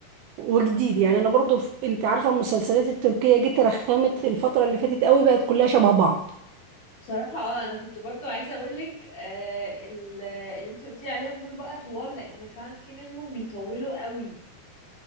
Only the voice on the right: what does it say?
وجديد يعني أنا برضو الف- أنت عارفة المسلسلات التركية جت رخمت الفترة اللي فاتت قوي بقت كلها شبه بعض